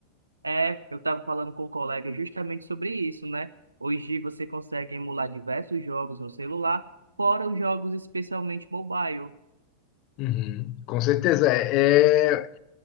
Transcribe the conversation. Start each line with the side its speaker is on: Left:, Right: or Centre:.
Right: É, eu estava falando com um colega justamente sobre isso, né? Hoje você consegue emular diversos jogos no celular, fora os jogos especialmente mobile.
Left: Uhum, com certeza. É, é